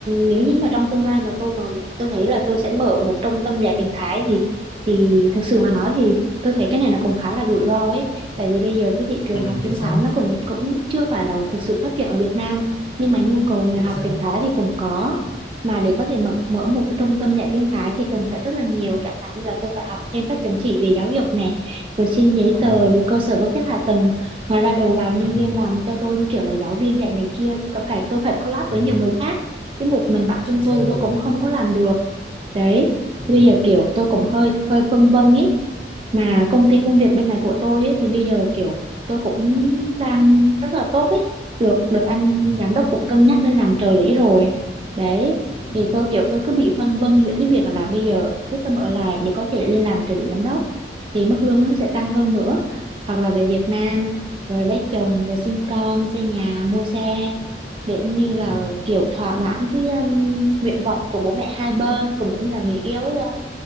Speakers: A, on the right; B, on the left.
A: nếu như mà trong tương lai mà tôi mà tôi thấy là tôi sẽ mở một trung tâm dạy tiếng Thái thì thì thực sự mà nói thì tôi thấy cái này nó cũng khá là rủi ro ấy. Tại vì bây giờ cái thị trường
B: ừ
A: học tiếng
B: chính xác
A: Thái nó cũng cũng chưa phải là thực sự phát triển ở Việt Nam nhưng mà nhu cầu người
B: chính
A: học
B: xác
A: tiếng Thái thì cũng có. Mà để có thể mở mở một cái trung tâm dạy tiếng Thái thì cần phải rất là nhiều chẳng hạn như là tôi phải học thêm các chứng chỉ về giáo dục này rồi xin giấy
B: ờ,
A: tờ rồi cơ sở vật chất hạ tầng ngoài ra đầu vào nhân
B: ừ,
A: viên làm cho tôi như kiểu là giáo viên dạy này kia có phải tôi phải collab
B: ừ,
A: với nhiều người khác chứ một mình bản
B: chính
A: thân
B: xác
A: tôi thì
B: luôn
A: tôi cũng không có làm được đấy
B: ừ.
A: Thì bây giờ kiểu tôi cũng hơi hơi phân vân ý mà công ty công việc bên này của tôi ấy, thì bây giờ kiểu tôi cũng đang rất là tốt ấy được được anh
B: ừ
A: giám đốc cũng cân nhắc lên làm trợ lý rồi đấy
B: ừ
A: thì tôi kiểu tôi cứ bị phân vân giữa cái việc là bây giờ quyết tâm ở lại để có thể lên làm trợ lý giám đốc thì mức lương nó sẽ tăng hơn nữa hoặc là về Việt Nam rồi lấy chồng rồi sinh con xây nhà mua xe để như
B: ừ
A: là kiểu thỏa mãn cái um, nguyện vọng của bố mẹ hai bên cũng giống như là người yêu ấy không